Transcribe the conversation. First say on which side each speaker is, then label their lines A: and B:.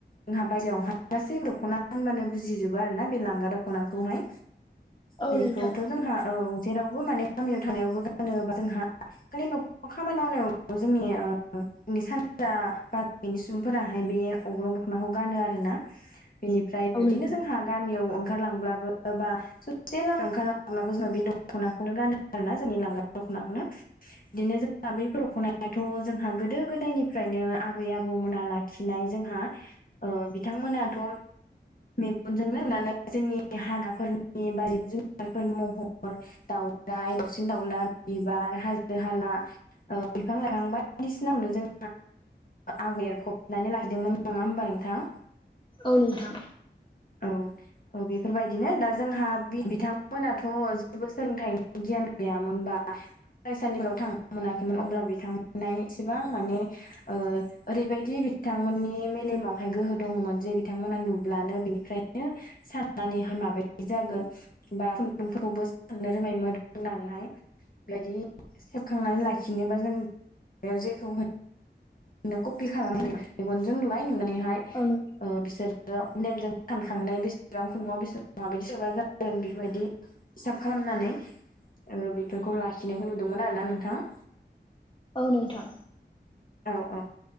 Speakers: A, on the left; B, on the left.
A: जोंहा बायेरायावहाय गासै दख'ना होनबानो बुजिजोबो आरो ना बे लांगा दख'नाखौहाय
B: औ
A: बेखौथ'
B: नोंथां
A: जोंहा औ जेरावबो माने गामियाव थानायावबो गानोबा जोंहा खालि न'खराव खामानि मावनायाव जोंनि सानजा ब बेनि सुबुंफोराहाय बे अग्रं दख'नाखौ गानो आरो ना बेनिफ्राय
B: औ
A: बिदिनो
B: नोंथां
A: जोंहा गामियाव ओंखारलांब्लाबो बा ससे लामा ओंखार अब्लाबो जोंनो बे दख'नाखौनो गानो आरोना जोंनि लांगा दख'नाखौनो बिदिनो जोंहा बैफोर ख'नायाथ' जोंहा गोदो गोदायनि फ्रायनो आबै आबौमोना लाखिनाय जोंहा बिथांमोनाथ' मेगनजोंनोनानै जोंनि हाग्राफोरनि बा जिब जुनारफोरनि महर दाउ दावसिन दावउला बिबार हाजो हाला बिफां लाइफां बायदिसिनावनो जों आगर एरफबनानै लायदोंमोन नङा होमबा नोंथाङा
B: औ नोंथां
A: औ औ बेफोरबायदिनो दा जोंहा बिथांमोनाथ' जेबो सोलोंथाइ गियान गैयामोनबा फरायसालिफोराव थांनो मोनाखैमोन अब्ला बिथांमोन नाय एसेबां माने ओ ओरैबायदि बिथांमोननि मेलेमावहाय गोहो दङमोन जे बिथांमोना नुब्लानो बिनि ओमफ्रायनो साननानैहाय माबायदि जागोन बा खुन्दुंफोरखौबो साननो रोंङोमोन होननानैहाय बेबायदि सेबखांनानै लाखिनोबा जों बेयाव जेखौ बिदिनो कपि खालामनानै मेगनजों नुलाय नुनानैहाय
B: औ नों
A: बिसोरो नेमजों सानखांनाय बेसेबां ख नुआव बेसेबां माबायदि सोबा जागोन बेफोरबायदि हिसाब खालामनानै बेफोरखौ लाखिनायखौ नुदोंमोन आरो ना नोंथाङा
B: औ नोंथां
A: औ औ